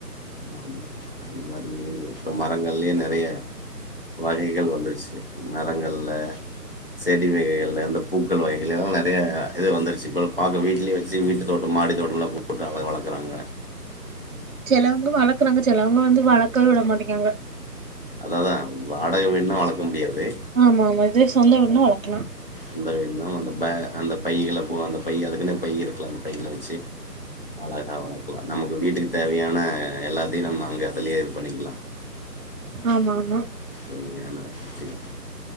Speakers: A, on the left (about 35°); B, on the right (about 55°).
A: ஆமா அந்த மாரி இப்ப மரங்கள்லே நெறைய வகைகள் வந்துருச்சு மரங்கள்ல செடி வகைகள்ல இந்த பூக்கள் வகைகள் எல்லா நெறைய இது வந்துருச்சு இப்போ பாக்க வீட்லியே வெச்சு வீட்டுத்தோட்டோ மாடி தோட்டலா போட்டு அ <unintelligible> வளக்குறாங்க
B: சிலவங்க வளர்க்குறாங்க சிலவங்க வந்து வளர்க்கவே விட மாட்டேங்ராங்க
A: அதா தா வாடக வீடுனா வளர்க்க முடியாது
B: ஆமா ஆமா இது சொந்த வீடுனா வளர்க்கலா
A: அந்த இன்னு அந்த ப அந்த பையகள போக அந்த பை அதுக்குன்னே பை இருக்கல அந்த பையில வச்சு அழகா வளக்கலா நமக்கு வீட்டுக்கு தேவையான எல்லாத்தையு நம்ம அங்கே அதுலயே இது பண்ணிக்கலா
B: ஆமா ஆமா
A: உண்மையான விசயம்